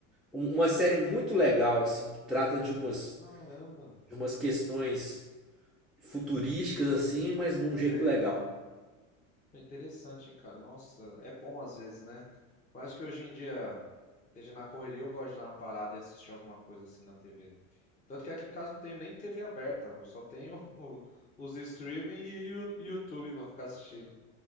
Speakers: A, in the centre; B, on the left (about 20°).
A: um- uma série muito legal, assim, que trata de umas,
B: Caramba.
A: de umas questões futurísticas assim, mas de um jeito
B: Sei.
A: legal.
B: É Interessante, hein, cara? Nossa, é bom às vezes, né? Eu acho que hoje em dia, seja na correria, eu gosto de dar uma parada e assistir alguma coisa assim na TV. Tanto que aqui em casa não tenho nem TV aberta, eu só tenho <laughs> o- os streaming e o YouTube pra ficar assistindo.